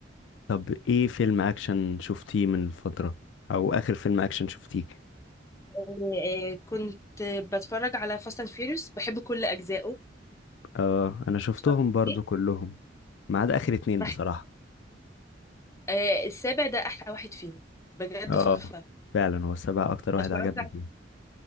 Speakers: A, on the left; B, on the left.
A: طب ايه فيلم اكشن شفتيه من فترة او اخر فيلم اكشن شفتيه
B: آه، آه، كنت بتفرج على فاست اند فيوريوس بحب كل اجزائه
A: اه انا شفتهم
B: اتفرجت عليه؟
A: برضو كلهم ما عدا اخر اتنين
B: بحب
A: بصراحة
B: آه، السابع ده احلى واحد فيهم بجد
A: اه
B: تحفة
A: فعلا هو السبعة اكتر واحد
B: اتفرجت
A: عجبني فيه